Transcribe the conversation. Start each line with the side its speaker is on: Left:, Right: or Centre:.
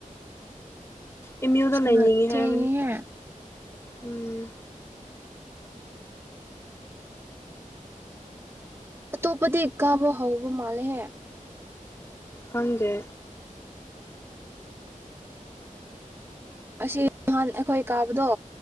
Left: ꯏꯃꯤ ꯑꯣ
Right: ꯑꯁ
Left: ꯂꯩꯅꯤ
Right: ꯉꯟ
Left: ꯍꯥꯏꯕꯅꯤ
Right: ꯊꯦꯡꯉꯤꯍꯦ
Left: ꯎꯝ
Right: ꯑꯇꯣꯞꯄꯗꯤ ꯀꯥꯕ ꯍꯧꯕ ꯃꯥꯜꯂꯦꯍꯦ
Left: ꯐꯒꯦ
Right: ꯑꯁꯤ ꯅꯍꯥꯟ ꯑꯩꯈꯣꯏ ꯀꯥꯕꯗꯣ